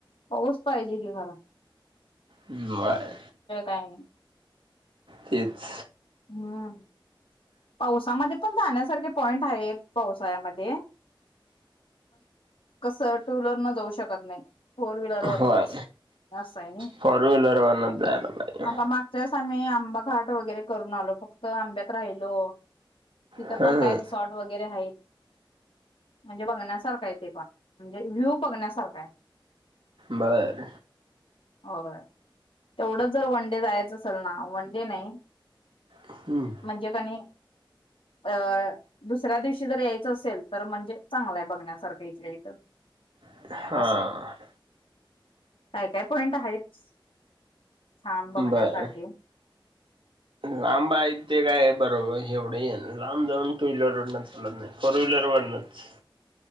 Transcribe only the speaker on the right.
बाय
तेच
होय
फोर व्हीलर वरनच जायला पाहिजे
हा
बर
हम्म
हां
बर लांब आहेत तेे काय बरोबर एवढं लांब जाऊन टू व्हीलर रड नाही फोर व्हीलरवरनच